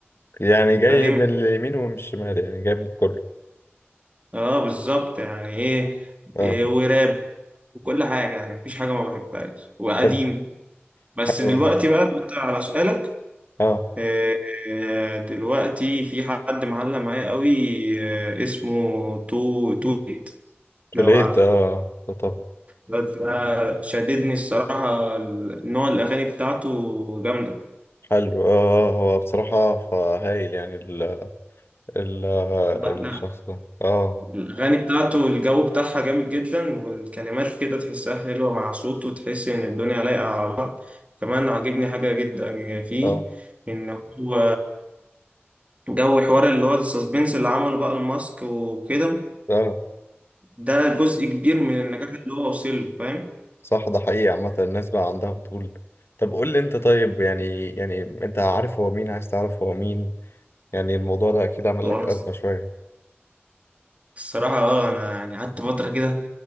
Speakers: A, on the left (about 65°); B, on the right (about 30°).
A: يعني جاي
B: فاهم
A: من اليمين ومن الشمال يعني جاي من كله
B: اه بالظبط يعني ايه,
A: اه
B: إيه وراب وكل حاجه يعني مفيش حاجه ما بحبهاش وقديم
A: حلو
B: بس
A: حلو
B: دلوقتي
A: والله
B: بقى دلوقتي على سؤالك
A: اه
B: آه، آه، دلوقتي في حد معلق معايا قوي آه، اسمه تو تويت
A: توليت
B: لو عارفه
A: اه آه، طب
B: الواد ده شددني الصراحة ال- نوع الأغاني بتاعته جامدة
A: حلو اه آه، هو بصراحة هايل يعني ال ال آه،
B: لا
A: الشخص
B: لا
A: ده اه
B: الأغاني بتاعته الجو بتاعها جامد جدا والكلمات كده تحسها حلوة مع صوته تحس إن الدنيا لايقة على بعض كمان عاجبني حاجة جدا فيه
A: اه
B: إن هو جو حوار اللي هو السسبنس اللي عمله بقى الماسك وكده
A: اه
B: ده جزء كبير من النجاح اللي هو وصل له فاهم
A: صح ده حقيقي عامة الناس بقى عندها بتقول طب قول لي انت طيب يعني يعني انت عارف هو مين عايز تعرف هو مين يعني الموضوع ده اكيد عمل
B: هو
A: لك
B: أنا
A: ازمة شوية
B: الصراحة اه انا يعني قعدت فترة كده